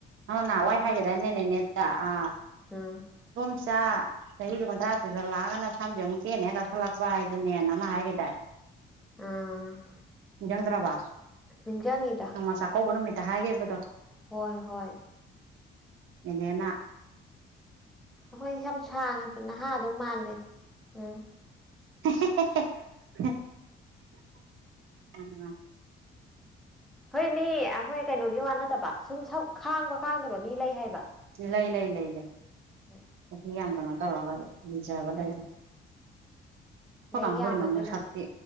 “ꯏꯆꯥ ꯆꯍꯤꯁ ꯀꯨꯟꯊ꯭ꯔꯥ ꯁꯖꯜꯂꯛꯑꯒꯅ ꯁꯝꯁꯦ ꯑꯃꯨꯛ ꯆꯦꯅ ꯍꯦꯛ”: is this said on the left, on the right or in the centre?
Right